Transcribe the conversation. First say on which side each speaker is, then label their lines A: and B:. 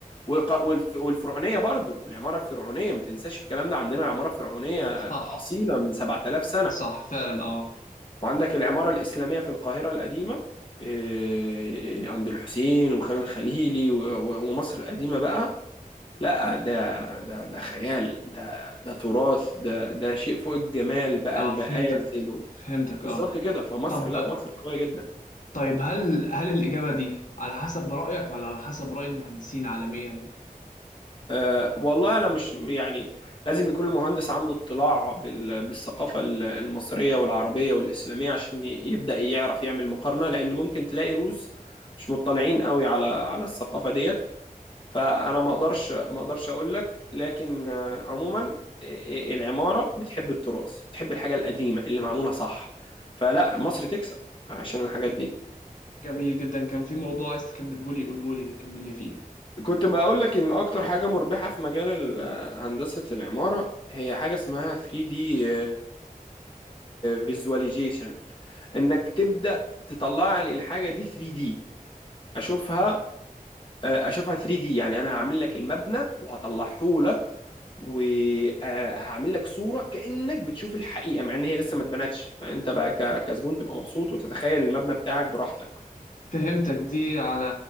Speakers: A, on the left; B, on the left.
A: والق- والف- والفرعونية برضو العمارة الفرعونية ما تنساش الكلام ده عندنا عمارة فرعونية
B: صح
A: أصيلة من 7000
B: صح
A: سنة
B: فعلا اه
A: وعندك العمارة الإسلامية في القاهرة القديمة إيه، عند الحسين وخان الخليلي و- و- ومصر القديمة بقى لا ده ده ده خيال ده ده تراث ده ده شيء فوق الجمال بقى
B: اه
A: المآسي
B: فهمتك
A: و-
B: فهمتك
A: بالظبط
B: اه
A: كده فمصر
B: طب
A: لا مصر قوية جدا
B: طيب هل هل الإجابة دي على حسب رأيك ولا على حسب رأي المهندسين عالميا؟
A: أه والله أنا مش يعني لازم يكون المهندس عنده اطلاع بال- بالثقافة ال- المصرية والعربية والإسلامية عشان ي- يبدأ يعرف يعمل مقارنة لأن ممكن تلاقي روس مش مطلعين قوي على على الثقافة ديت فانا ما اقدرش ما اقدرش اقول لك لكن آه، عموما آه، العماره بتحب التراث بتحب الحاجه القديمه اللي معموله صح فلا مصر تكسب عشان الحاجات دي
B: جميل جدا كان في موضوع عايز تكمله لي قوله لي كمل لي فيه
A: كنت بقول لك ان اكتر حاجه مربحه في مجال ال- آه، هندسه العماره هي حاجه اسمها 3D فيزواليزيشن انك تبدا تطلع لي الحاجه دي 3D اشوفها آه، اشوفها 3 دي يعني انا هعمل لك المبنى وهطلعه لك وهعمل لك صوره كانك بتشوف الحقيقه مع ان هي لسه ما اتبنتش فانت بقى ك- كزبون تبقى مبسوط وتتخيل المبنى بتاعك براحتك
B: فهمتك دي على